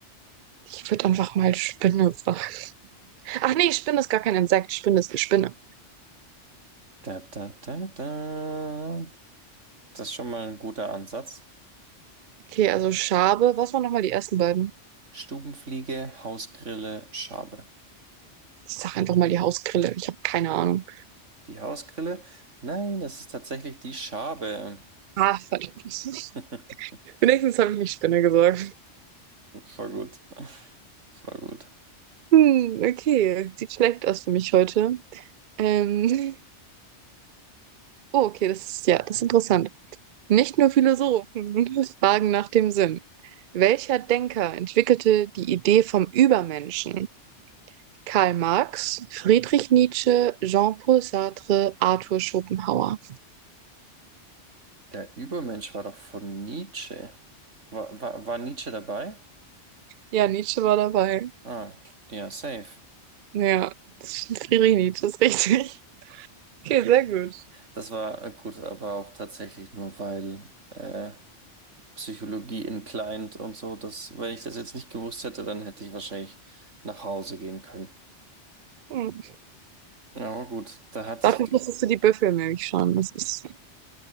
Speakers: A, on the right; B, on the right.
A: ich würde einfach mal Spinne sagen. Ach nee, Spinne ist gar kein Insekt. Spinne ist eine Spinne.
B: Da, da, da, da. Das ist schon mal ein guter Ansatz.
A: Okay, also Schabe. Was waren nochmal die ersten beiden?
B: Stubenfliege, Hausgrille, Schabe.
A: Ich sag einfach mal die Hausgrille. Ich habe keine Ahnung.
B: Die Hausgrille? Nein, das ist tatsächlich die Schabe.
A: Ah, verdammt. <laughs>
B: <laughs>
A: Wenigstens habe ich nicht Spinne gesagt.
B: Voll gut. Voll gut.
A: Hm, okay. Sieht schlecht aus für mich heute. Ähm. Oh, okay, das ist ja, das ist interessant. Nicht nur Philosophen <laughs> fragen nach dem Sinn. Welcher Denker entwickelte die Idee vom Übermenschen? Karl Marx, Friedrich Nietzsche, Jean-Paul Sartre, Arthur Schopenhauer.
B: Der Übermensch war doch von Nietzsche. War, war, war Nietzsche dabei?
A: Ja, Nietzsche war dabei.
B: Ah, ja, safe.
A: Ja, das ist Friedrich Nietzsche ist richtig. <laughs> Okay, sehr gut.
B: Das war äh, gut, aber auch tatsächlich nur, weil äh, Psychologie in Client und so. Das, wenn ich das jetzt nicht gewusst hätte, dann hätte ich wahrscheinlich nach Hause gehen können.
A: Hm.
B: Ja, aber gut, da hatte
A: Dafür
B: ich. Glück.
A: wusstest du die Büffelmilch schon. Das ist.